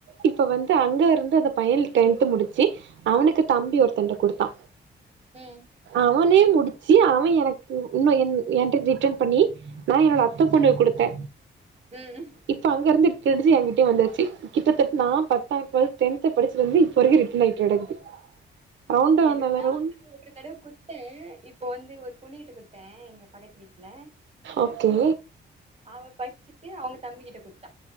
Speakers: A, on the right; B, on the right.
A: இப்ப வந்து அங்க இருந் து அந்த பையல் டென்த்து முடிச்சு அவனுக்கு தம்பி ஒருத்தன்ட்ட குடுத்தா
B: ம்
A: அவனே முடிச்சு அவன் எனக்கு இன்னு என் என்ட்ட ரிட்டன் பண்ணி நா என்னோட அத்த பொண்ணுக்கு
B: ம்
A: குடுத்த
B: ம்
A: இப்ப அங்கருந்து கடைசியா ட்டே வந்தாச்சு கிட்டத்தட்ட நா பத்தா டுவெல் டென்த்து படிச்சிட்டு வந்து இப்ப வரைக்கு ரிட்டர்ன் ஆகிட்டு கெடக்குது ரவுண்டு
B: எனக்கு
A: நல்ல
B: தா
A: ரவுண்ட்
B: அது ஒரு தடவ குத்தே இப்போ வந்து ஒரு பொண்ணிகிட்ட குத்த ட்டேன் எங்க பக்கத்து வீட்டுல
A: ஓகே
B: அவ பச்சிட்டு அவுங்க தம்பிக்கிட்ட குடுத்துட்டா